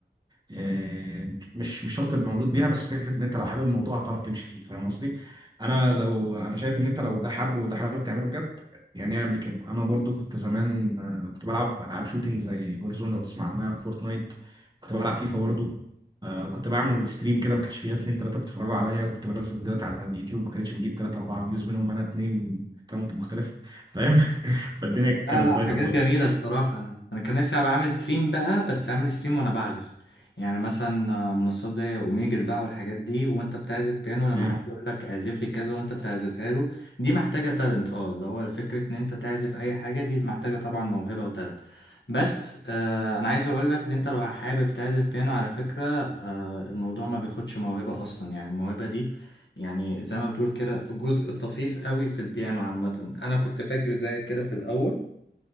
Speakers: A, on the right; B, on the left.
A: آه، مش مش شرط تبقى مولود بيها بس فكره ان انت لو حابب الموضوع هتعرف تمشي فيه فاهم قصدي انا لو انا شايف ان انت لو ده حابه وده حابب تعمله بجد يعني اعمل كده انا برضو كنت زمان آه، كنت بلعب العاب شوتينج زي جورزون لو تسمع عنها فورتنايت كنت بلعب فيفا برضو آه، كنت بعمل ستريم كده ما كانش فيه غير اتنين تلاته بيتفرجوا عليا كنت بنزل فيديوهات على اليوتيوب ما كانتش بجيب تلاته اربعه فيوز منهم انا اتنين اكونت مختلف فاهم <laughs> فالدنيا
B: لا
A: كانت
B: لا
A: بايظه
B: حاجات
A: خالص
B: جميلة الصراحة أنا أنا كان نفسي أبقى عامل ستريم بقى بس عامل ستريم وأنا بعزف يعني مثلا آه، منصات زي أوميجل بقى والحاجات دي وأنت بتعزف بيانو لما
A: امم
B: حد يقول لك اعزف لي كذا وأنت بتعزفها له دي محتاجة تالنت أه اللي هو فكرة إن أنت تعزف أي حاجة دي محتاجة طبعا موهبة وتالنت بس آه أنا عايز أقول لك إن أنت لو حابب تعزف بيانو على فكرة آه الموضوع ما بياخدش موهبة أصلا يعني الموهبة دي يعني زي ما بتقول كده جزء طفيف قوي في البيانو عامة أنا كنت فاكر زيك كده في الأول